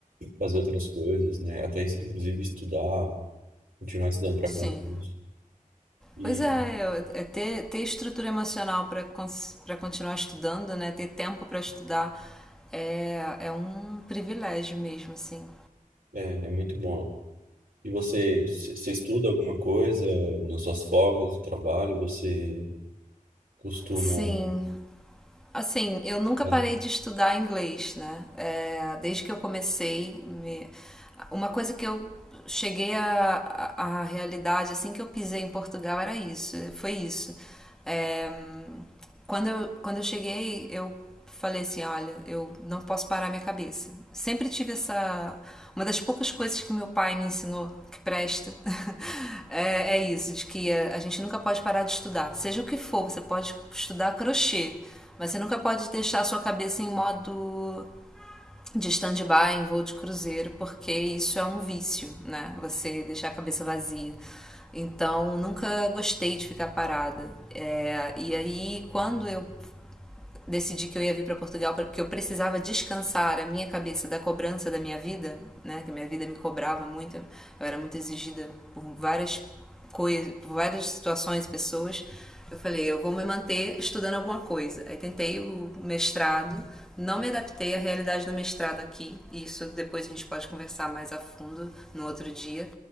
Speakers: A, on the right; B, in the centre.
A: fazer outras coisas, né? Até inclusive estudar. continuar estudando para
B: Sim.
A: concurso. E
B: Pois é, é- é ter, ter estrutura emocional para continuar estudando, né? Ter tempo para estudar é, é um privilégio mesmo, assim.
A: é, é muito bom. E você, c- você estuda alguma coisa nas suas folgas do trabalho? Você costuma.
B: Sim, assim, eu nunca
A: fazer
B: parei de estudar inglês, né? É, desde que eu comecei, me, Uma coisa que eu cheguei à a, a, a, realidade assim que eu pisei em Portugal era isso, foi isso. É, quando, eu, quando eu cheguei, eu falei assim, olha, eu não posso parar minha cabeça. Sempre tive essa... Uma das poucas coisas que meu pai me ensinou que presta <laughs> é, é isso, de que a gente nunca pode parar de estudar. Seja o que for, você pode estudar crochê, mas você nunca pode deixar a sua cabeça em modo de stand-by em voo de cruzeiro, porque isso é um vício, né? Você deixar a cabeça vazia. Então, nunca gostei de ficar parada. É, e aí, quando eu decidi que eu ia vir para Portugal porque eu precisava descansar a minha cabeça da cobrança da minha vida, né? Que a minha vida me cobrava muito, eu era muito exigida por várias coisas, por várias situações, pessoas. Eu falei, eu vou me manter estudando alguma coisa. Aí tentei o mestrado, não me adaptei à realidade do mestrado aqui. Isso depois a gente pode conversar mais a fundo no outro dia.